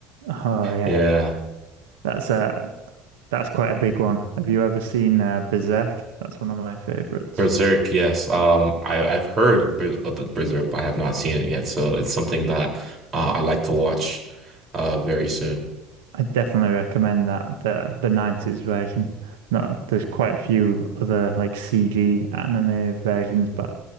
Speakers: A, on the right; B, on the right.
A: Oh yeah,
B: Yeah.
A: that's uh that's quite a big one. Have you ever seen uh, Berserk? That's one of my favorites.
B: Berserk, yes. Um, I, I've heard Ber- of the Berserk, but I have not seen it yet. So it's something that uh, I like to watch uh, very soon.
A: I definitely recommend that the the 90s version. No, there's quite a few other like CG anime versions, but